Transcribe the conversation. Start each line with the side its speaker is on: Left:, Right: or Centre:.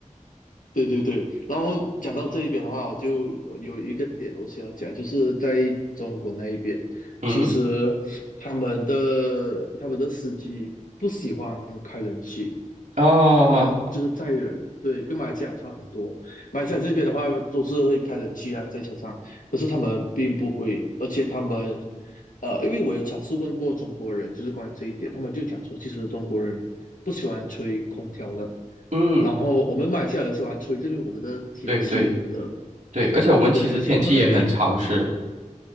Left: 对对对，然后讲到这一边的话，我就有有一个点我想要讲，就是在中国那一边，
Right: 嗯，
Left: 其实他们的他们的司机不喜欢开冷气，
Right: 哦，
Left: 他们就是载人，对，跟马来西亚差很多。马来西亚这边的话都是会开冷气啊，在车上，可是他们并不会，而且他们，呃，因为我有尝试问过中国人，就是关于这一点，他们就讲说，其实中国人不喜欢吹空调的。
Right: 嗯，
Left: 然后我们马来西亚人喜欢吹，因为我们的天气很热，
Right: 对对对，而且我们其实天气也很潮湿。
Left: 对，所以他们那边，